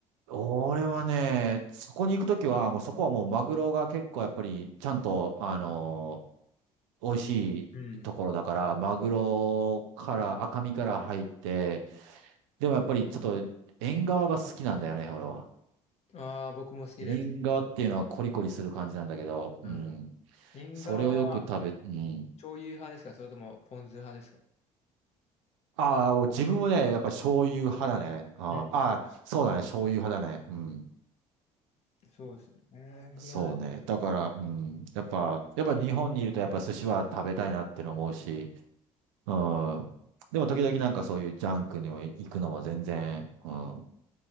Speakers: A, on the right; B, on the left.
A: あ、俺はね、そこに行くときは、もうそこはもうマグロが結構やっぱりちゃんと、あのー美味しいところだから、
B: うん。
A: マグロから赤身から入って、でもやっぱりちょっと縁側が好きなんだよね、俺は。
B: ああ、僕も好きです。
A: 縁側っていうのはコリコリする感じなんだけど、
B: うん。
A: うん、
B: 縁側は
A: それをよく食べ、うん。
B: 醤油派ですかそれともポン酢派ですか
A: ああ、自分もね、やっぱ醤油派だね。あーあー、
B: うん。
A: そうだね、醤油派だね。うん。
B: そうですね。
A: そうね。
B: いや、
A: だから、うん。やっぱ、やっぱ日本にいるとやっぱ寿司は食べたいなっての思うし、うん。でも時々なんかそういうジャンクにも行くのも全然、うん。